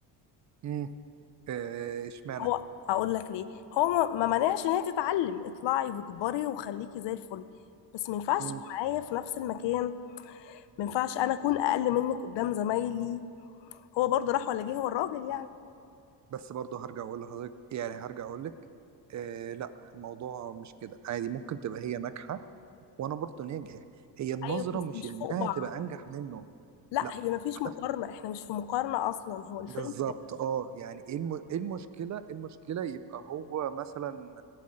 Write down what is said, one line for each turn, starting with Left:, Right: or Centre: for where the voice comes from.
Right: امم آه، اشمعنى
Left: هو اقول لك ليه هو ما ما مانعش ان هي تتعلم اطلعي واكبري وخليكي زي الفل بس ما ينفعش
Right: امم
Left: تبقي معايا في نفس المكان ما ينفعش انا اكون اقل منك قدام زمايلي هو برضه راح ولا جه هو الراجل يعني
Right: بس برضه هرجع اقول لحضرتك يعني هرجع اقول لك آه لا الموضوع مش كده عادي ممكن تبقى هي ناجحة وانا برضه ناجح هي النظره
Left: ايوه بس
Right: مش
Left: مش
Right: انها
Left: فوق بعض
Right: تبقى انجح منه
Left: لا
Right: لا
Left: هي ما فيش
Right: حت-
Left: مقارنه احنا مش في مقارنه اصلا هو الفيلم
Right: بالظبط
Left: ده-
Right: اه يعني ايه الم... إيه المشكله إيه المشكله يبقى هو مثلا